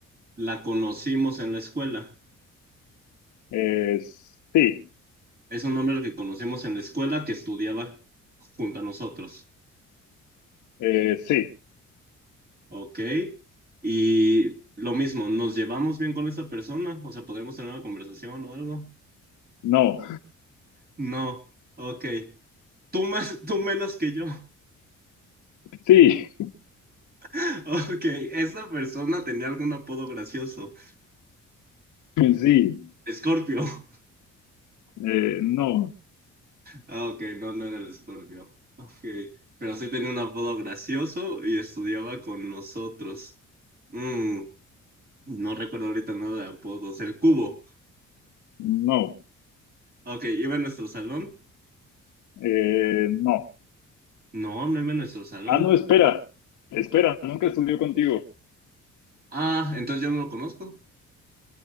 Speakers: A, on the right (about 30°); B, on the left (about 80°).
A: La conocimos en la escuela.
B: Eh, sí,
A: Es un nombre que conocemos en la escuela que estudiaba junto a nosotros.
B: eh, sí,
A: Ok. Y lo mismo, ¿nos llevamos bien con esa persona? O sea, ¿podremos tener una conversación o algo?
B: no.
A: No. Ok. Tú más, tú menos que yo.
B: Sí,
A: <laughs> Ok, esa persona tenía algún apodo gracioso.
B: <laughs> sí,
A: Escorpio. <laughs>
B: eh, no,
A: Ah, ok, no, no era el Escorpio. Ok, pero sí tenía un apodo gracioso y estudiaba con nosotros. Mm, no recuerdo ahorita nada de apodos. El cubo.
B: no,
A: Ok, ¿iba en nuestro salón?
B: eh, no.
A: No, no iba en nuestro salón.
B: Ah, no, espera, espera, nunca estudió contigo.
A: Ah, entonces yo no lo conozco,